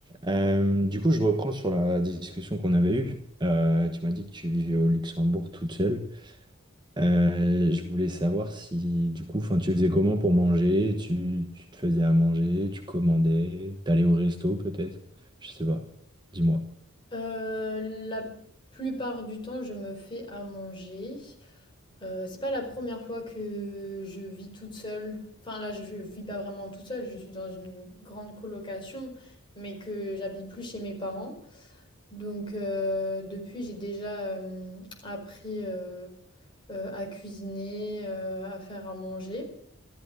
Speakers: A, on the right; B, on the left.
A: Euh, du coup, je reprends sur la discussion qu'on avait eue. Euh, tu m'as dit que tu vivais au Luxembourg toute seule. Euh, je voulais savoir si, du coup, enfin, tu faisais comment pour manger? Tu, tu te faisais à manger, tu commandais, t'allais au resto peut-être? Je sais pas. Dis-moi.
B: Euh, la plupart du temps, je me fais à manger. Euh, c'est pas la première fois que je vis toute seule. Enfin, là, je, je vis pas vraiment toute seule. Je suis dans une grande colocation, mais que j'habite plus chez mes parents. Donc, euh, depuis, j'ai déjà euh, appris euh, euh, à cuisiner, euh, à faire à manger.